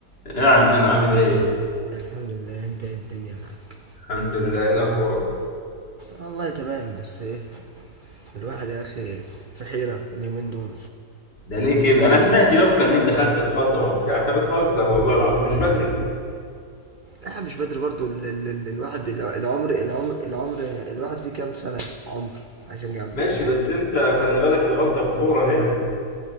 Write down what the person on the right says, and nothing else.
الحمد لله انت ايه الدنيا معاك
والله تمام بس ايه الواحد يا اخي في حيرة اليومين دول
لا مش بدري برضو ال ال ال الواحد ال- العمر العمر العمر الواحد فيه كام سنة عمر عشان يقضيه
في حياته